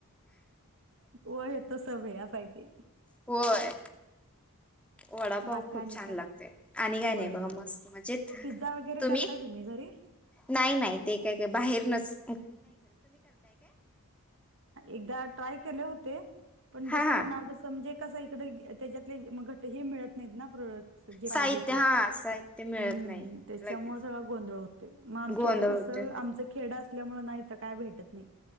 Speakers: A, on the right; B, in the centre.
A: व हे त स आहे असय ते
B: होय. वडापाव
A: बाकी
B: खूप
A: आणि
B: छान
A: काय
B: लागते आणि काय
A: होय
B: नाही बघा
A: होय
B: मस्त म्हणज
A: पिझ्झा वगैरे
B: तुम्ही
A: करताय घरी
B: नाही नाही ते काय काय बाहेर नस
A: एकदा ट्राय केलं हो ते पण जस
B: हा
A: म्हणाव
B: हा
A: तस म्हणजे कस इकडे त्याच्यातले घ मिळत नाही ना प्रोडक्ट जे पाहिजे
B: साहित्य
A: ते
B: हा साहित्य मिळत
A: हम्म
B: नाही
A: त्याच्यामुळे
B: लगेच
A: सगळ गोंधळ होते मग आमच्या
B: गोंधळ
A: इथ कसं
B: होते
A: आमच खेड नाही काय भेटत नाही